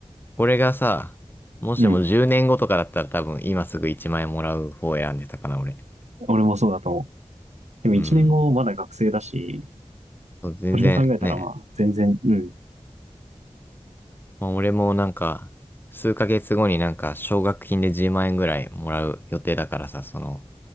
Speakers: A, on the left; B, on the right.
A: これがさ、もしも10年後とかだったら多分今すぐ1万円もらう方を選んでたかな、
B: うん。
A: 俺。
B: 俺もそうだと思う。でも1年後まだ学生だし、
A: うん。そう全然ね、
B: それで考えたらまあ、全然、うん。
A: まあ、俺もなんか、数ヶ月後になんか奨学金で10万円ぐらいもらう予定だからさ、その、